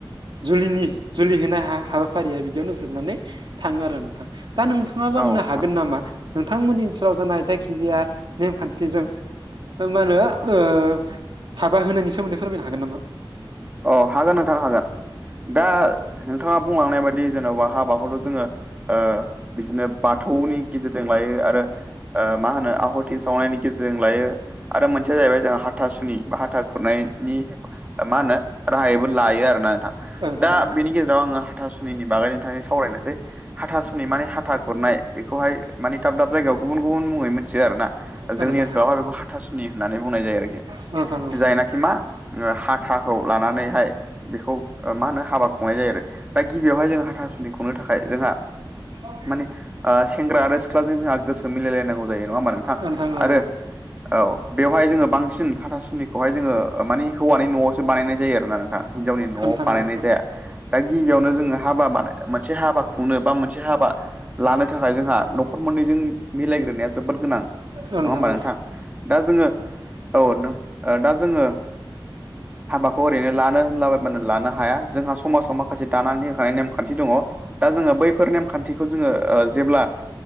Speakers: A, on the right; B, on the right.
A: जुलिनि जुलि होनाय हाबाफारिया बिदियावनो जोबनानै थाङो आरो नोंथां दा नोंथां नोंथांङाबा
B: औ
A: आंनो
B: नोंथां
A: हागोन नामा नोंथांमोननि ओनसोलाव जानाय जायखिजाया नेमखान्थिजों मा होनो ओ हाबा होनायनि सोमोन्दै फोरमायनो हागोन नामा
B: अ हागोन नोंथां हागोन दा नोंथाङा बुंलांनाय बायदि जेन'बा हाबाखौथ' जोङो ओ बिदिनो बाथौनि गेजेरजों लायो आरो मा होनो आहुथि सावनायनि गेजेरजों लायो आरो मोनसेया जाहैबाय जोंहा हाथा सुनि बा हाथा खुरनायनि मा होनो राहायबो लायो आरो ना नोंहा
A: औ नोंथां
B: दा
A: औ
B: बेनि गेजेराव आङो हाथासुनि बागै नोंथांनि सावरायनोसै हाथासुनि माने हाथा खुरनाय बेखौहाय माने दाब दाब जायगायाव गुबुन गुबुन मुङै मिथियो आरो ना
A: औ
B: जोंनि
A: नोंथां
B: ओनसोलावहाय बेखौ हाथासुनि होननानै बुंनाय जायो आरोखि
A: औ स
B: जायनाखि
A: <unintelligible>
B: मा हाथाखौ लानानैहाय बेखौ मा होनो हाबा खुंनाय जायो आरो दा गिबियावहाय जों हाथासुनि खुंनो थाखाय जोंहा
A: औ
B: माने सेंग्रा आरो सिख्लाजों जोंहा गोसो मिलायलायनांगौ जायो नङा होमा नोंथां
A: औ औ
B: आरो औ बेवहाय जोङो बांसिन हाथासुनिखौहाय जोङो मानि हौवानि न'आव सो बानायनाय जायो आरो ना नोंथां हिनजावनि न'आव
A: औ नोंथां
B: बानायनाय
A: औ
B: जाया। दा गिबियावनो जोङो हाबा बानो मोनसे हाबा खुंनो बा मोनसे हाबा लानो थाखाय जोंहा नख नखर मोननैजों मिलायग्रोनाया जोबोद गोनां नङा
A: औ
B: होमबा
A: औ
B: नोंथां दा जोङो औ नों दा जोङो हाबाखौ ओरैनो लानो होनलाबायबानो लानो हाया। जोंहा समाजाव माखासे दानानै होखानाय नेमखान्थि दङ दा जोङो बैफोर नेमखान्थिखौ जोङो जेब्ला